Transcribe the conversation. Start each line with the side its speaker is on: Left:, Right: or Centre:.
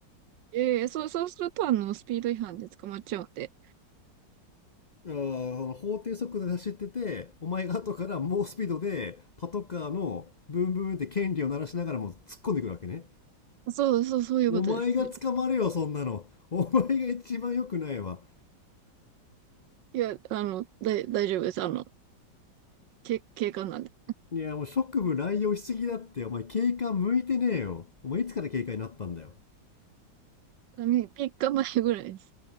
Right: ええそう、そうすると、あの、スピード違反で捕まっちゃうんで。
Left: あ法定速度で走ってて、お前が後から猛スピードでパトカーのブンブンって権利を鳴らしながらもう突っ込んでくるわけね。
Right: そうそう、そういうことです。
Left: お前が捕まるよ、
Right: そういう
Left: そんなの。お前が一番良くないわ。
Right: いや、あの、だい、大丈夫です。あの、け、警官なんで。
Left: いや、もう職務乱用しすぎだって。お前警官向いてねえよ。お前いつから警官になったんだよ。
Right: あみ、3日前ぐらいです。